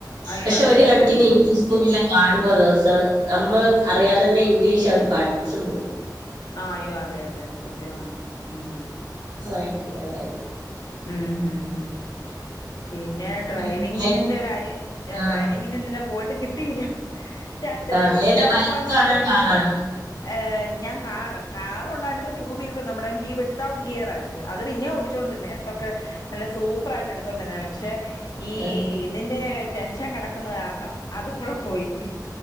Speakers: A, on the left; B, on the right.
A: അയ്യോ
B: പക്ഷെ
A: അതെ
B: ഒരു കണക്കിന്
A: അതെ അതെ
B: ഇംഗ്ലീഷ് മൂവിയെല്ലാം കാണുമ്പോ ദിവസം നമ്മ അറിയാതെ തന്നെ ഇംഗ്ലീഷ് അവര് പഠിച്ചും പോകും.
A: ആഹ് അയ്യോ അതെ അതെ സത്യമാണ് ഉം
B: ഭയങ്കരവായി
A: ഉം ഉം ഉം പിന്നെ ഡ്രൈവിങ്ങിന്റെ
B: പിന്നെ
A: കാര്യം ഞാൻ
B: ആഹ്
A: ഡ്രൈവിങ്ങിന് ഇന്നലെ പോയിട്ട് കിട്ടിയില്ല. രണ്ടു
B: ആഹ്
A: പോയി
B: ഏതാ
A: രണ്ടും
B: ബൈക്കാണോ
A: പോയെന്ന് വെച്ചാല്
B: കാറാണോ
A: ഏഹ് ഞാൻ കാറ് കാർ ഉണ്ടായിരുന്നു ടു വീലർ നമ്മുടെ ഗി വിത്തൗട്ട് ഗിയർ ആയിരുന്നു. അത് പിന്നെ ഓടിച്ചോണ്ടിരുന്നെയ എട്ടൊക്കെ നല്ല സൂപ്പറായിട്ട് എടുത്തോണ്ടിരുന്നാ പക്ഷെ ഈ
B: ആഹ്
A: ഇതിൻ്റെ ടെൻഷൻ കിടക്കുന്ന കാരണം അതും കൂടെ പോയി